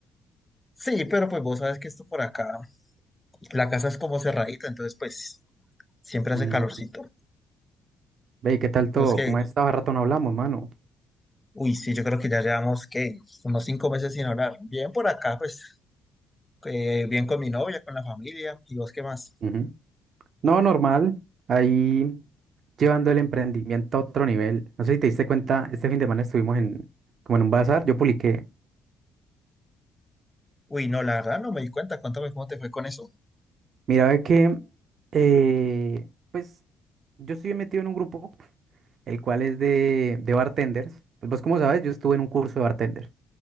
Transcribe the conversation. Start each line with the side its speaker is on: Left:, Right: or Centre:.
Left: Sí, pero pues vos sabes que esto por acá, la casa es como cerradita, entonces pues siempre hace
Right: Mm,
Left: calorcito.
Right: ve, ¿y ¿qué tal todo?
Left: Yo es que,
Right: ¿Cómo has estado? Hace rato no hablamos, mano.
Left: uy, sí, yo creo que ya llevamos, ¿qué? Unos cinco meses sin hablar. Bien por acá, pues, eh, bien con mi novia, con la familia, ¿y vos qué más?
Right: Ujú. No, normal. Ahí llevando el emprendimiento a otro nivel. No sé si te diste cuenta, este fin de semana estuvimos en, como en un bazar, yo publiqué.
Left: Uy, no, la verdad no me di cuenta, cuéntame cómo te fue con eso.
Right: Mira, ve que, eh, pues, yo estoy metido en un grupo, el cual es de, de bartenders. Pues vos como sabes, yo estuve en un curso de bartender.